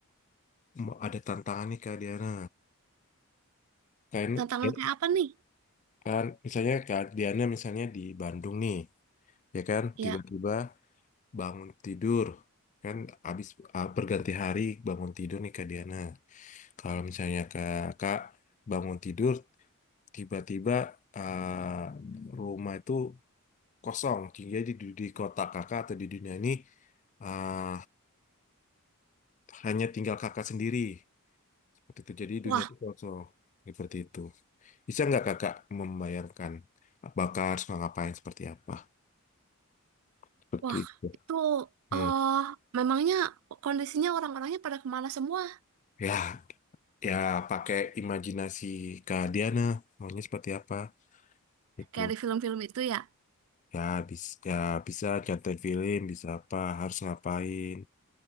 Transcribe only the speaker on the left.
mau ada tantangan nih Kak Diana. Kan,
ya,
kan, misalnya Kak Diana misalnya di Bandung nih, ya kan,
tiba-tiba bangun tidur, kan habis ah, berganti hari bangun tidur nih Kak Diana. Kalau misalnya Kak, Kak bangun tidur, tiba-tiba ah, rumah itu kosong. Jadi di, di kota kakak atau di dunia ini ah, hanya tinggal kakak sendiri. Seperti itu. Jadi
dunia itu kosong. Seperti itu. Bisa nggak kakak membayangkan bakal harus ngapain seperti apa? Seperti
itu.
Hmm.
Ya, ya pakai imajinasi Kak Diana. Maunya seperti apa? Itu.
Ya, bisa, ya, bisa contohin film, bisa apa, harus ngapain.